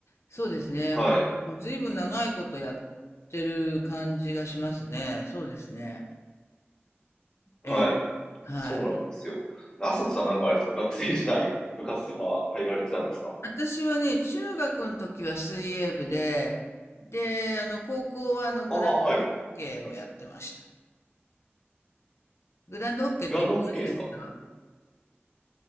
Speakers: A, on the left; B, on the left.
A: そうですね。
B: はい。
A: まあ、ずいぶん長いことやってる感じがしますね。そうですね。
B: はい。
A: ええ、はい。
B: そうなんですよ。あさこさんなんかあれですか学生時代、部活とか入られてたんですか
A: 私はね、中学の時は水泳部で、で、あの、高校はあの、グランドホッケーをやってました。
B: ああ、はい。
A: グランドホッケーってご存知ですか
B: グランドホッケーですか